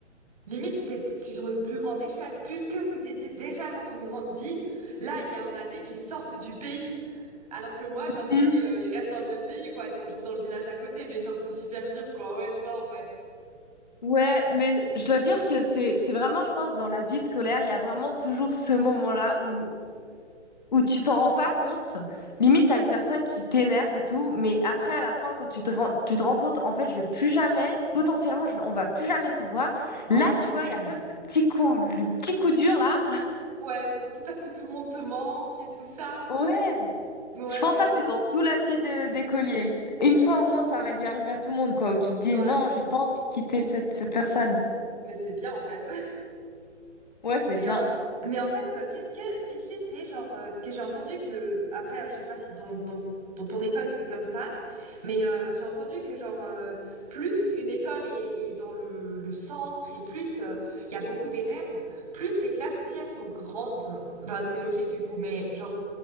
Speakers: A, on the right; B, on the left.
A: limite, c'était sur une plus grande échelle. Puisque vous étiez déjà dans une grande ville, là, il y en a des qui sortent du pays. Alors que moi, genre, c'est,
B: Hmm.
A: euh, ils restent dans le même pays, quoi. Ils sont juste dans le village à côté, mais genre, c'est super dur, quoi. Ouais, je vois, en fait.
B: Ouais, mais je dois dire que c'est c'est vraiment, je pense, dans la vie scolaire, il y a vraiment toujours ce moment-là où où tu t'en rends pas compte. Limite, t'as une personne qui t'énerve et tout, mais après, à la fin, quand tu te rends, tu te rends compte, en fait, je vais plus jamais, potentiellement, je, on va plus jamais se voir.
A: Ouais.
B: Là, tu vois, il y a comme ce petit coup, le petit coup dur, là.
A: Ouais, où tout à coup, tout le monde te manque et tout ça.
B: Ouais.
A: Ouais,
B: Je pense
A: je
B: que
A: vois.
B: ça, c'est dans toute la vie de- d'écolier. Une fois au moins, ça aurait dû arriver à tout le monde, quoi, où tu te dis,
A: Ouais.
B: non, j'ai pas envie de quitter cette, cette personne.
A: Mais c'est bien, en fait. <laughs>
B: Ouais, c'est
A: Et,
B: bien.
A: euh, mais en fait, euh, qu'est-ce que qu'est-ce que c'est genre euh, parce que j'ai entendu que après euh, je sais pas si dans, dans, dans ton école c'était comme ça, mais euh, j'ai entendu que genre euh, plus une école est, est dans le, le centre et plus euh, il y a beaucoup d'élèves, plus les classes aussi elles sont grandes. Bah c'est logique du coup, mais genre